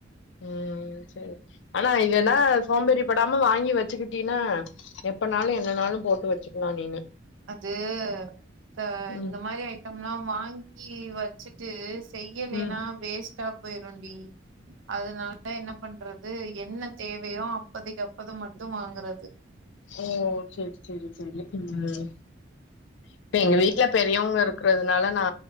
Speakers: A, on the left; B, on the right.
A: ம் செரி அனா இதென்னா சோம்பேறி படாம வாங்கி வெச்சுக்கிட்டீன்னா எப்பனாலு என்னனாளு போட்டு வெச்சுக்கலாம நீனு
B: அது க
A: ம்
B: இந்த மாரி ஐட்டம்லா வாங்கி வக் ச்சுட்டு செய்யலைன்னா
A: ம்
B: வேஸ்ட்டா போயிருண்டி அதனாலா என்ன பண்றது என்ன தேவையோ அப்பதைக்கு அப்பத மட்டும வாங்கறது
A: ஓ செரி செரி செரி ம் இப்ப எங்க வீட்ல பெரியவங்க இருக்கறதுனால நா